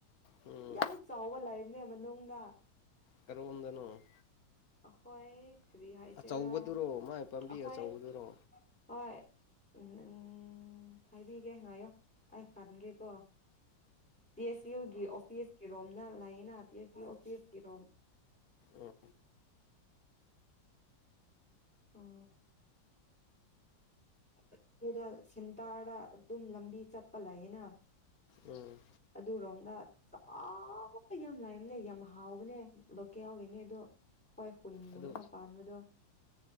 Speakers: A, on the left; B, in the centre.
A: ꯎꯝ
B: ꯌꯥꯝ ꯆꯥꯎꯕ ꯂꯩꯕꯅꯦ ꯃꯅꯨꯡꯗ
A: ꯀꯔꯣꯝꯗꯅꯣ
B: ꯑꯩꯈꯣꯏ ꯀ꯭ꯔꯤ ꯍꯥꯏꯁꯦꯔꯥ
A: ꯑꯆꯧꯕꯗꯨꯔꯣ ꯃꯥꯏ ꯄꯥꯝꯕꯤ
B: ꯑꯩꯈꯣꯏ
A: ꯑꯆꯧꯕꯗꯨꯔꯣ
B: ꯍꯣꯏ ꯎꯝꯝ ꯎꯝ ꯍꯥꯏꯕꯤꯒꯦ ꯉꯥꯏꯌꯣ ꯑꯩ ꯈꯟꯒꯦꯀꯣ ꯄꯤ ꯑꯦꯁ ꯌꯨ ꯒꯤ ꯑꯣꯐꯤꯁ ꯀꯤꯔꯣꯝꯅ ꯂꯩꯌꯦꯅꯥ ꯄꯤ ꯑꯦꯁ ꯌꯨ ꯑꯣꯐꯤꯁ ꯀꯤꯔꯣꯝ
A: ꯎꯝ
B: ꯎꯝ ꯑꯣ ꯑꯩꯈꯣꯏꯗ ꯁꯦꯟꯇꯥꯔꯗ ꯑꯗꯨꯝ ꯂꯝꯕꯤ ꯆꯠꯄ ꯂꯩꯌꯦꯅꯥ
A: ꯎꯝ
B: ꯑꯗꯨꯔꯣꯝꯗ ꯆꯥꯕ ꯌꯥꯝ ꯂꯥꯏꯝꯅꯦ ꯌꯥꯝ ꯍꯥꯎꯕꯅꯦ ꯂꯣꯀꯦꯜꯒꯤꯅꯦ ꯑꯗꯣ ꯍꯣꯏ ꯈꯨꯟꯒꯨꯝꯕꯗ
A: ꯑꯗꯨ
B: ꯄꯥꯟꯕꯗꯣ